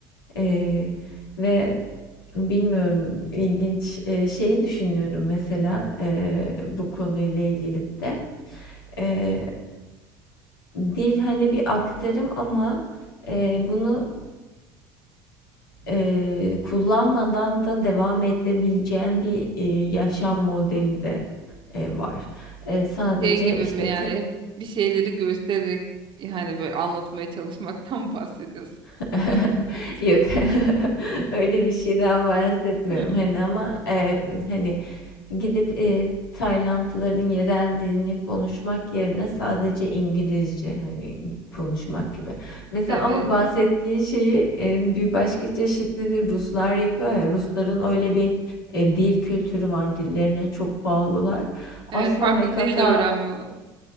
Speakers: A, on the left; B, on the right.
A: E, ve bilmiyorum ilginç e, şeyi düşünüyorum mesela e, bu konuyla ilgili bir de E, dil hani bir aktarım ama e, bunu Eee, kullanmadan da devam edebileceğin bir, eee, yaşam modeli de, eee, var. Eee, sadece,
B: Şey gibi
A: işte,
B: mi yani
A: te
B: hep bir şeyleri göstererek yani böyle anlatmaya çalışmaktan <laughs> bahsediyorsun.
A: <laughs> Yok. <laughs> Öyle bir şeyden bahsetmiyorum,
B: Hmm.
A: hani, ama, emm, hani, gidip, eee, Taylandlıların yerel dilini konuşmak yerine sadece İngilizce, hani, konuşmak gibi. Mesela
B: Evet.
A: ama bahsettiğin şeyi, eee, bir başka çeşidini Ruslar yapıyor ya, Rusların öyle bir, eee, dil kültürü var, dillerine çok bağlılar.
B: Evet,
A: Asla
B: farklı
A: ve kata
B: dil de öğrenmiyorlar.